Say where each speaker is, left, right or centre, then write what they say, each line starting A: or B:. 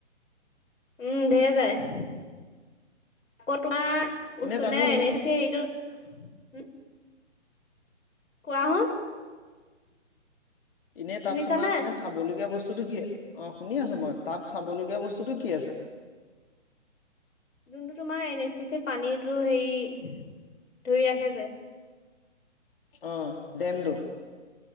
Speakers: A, on the left (about 85°); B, on the left (about 45°).
A: উম ধঢেৰ যায় আকৌ তোমাৰ
B: এনে
A: উচব
B: তাতনো
A: নাই এনে হেটো উম কোৱা হ
B: এনেই
A: শুনিছানে
B: তাত তোমাৰ মানে চাবলগীয়া বস্তুতটো কি অ শুনি আছো মই তাত চাবলগীয়া বস্তুতটো কি আছে
A: যোনটো তোমাৰ এন এছ পি পানীতটো হেৰি ধৰি ৰাখে যে
B: অ ডেমটো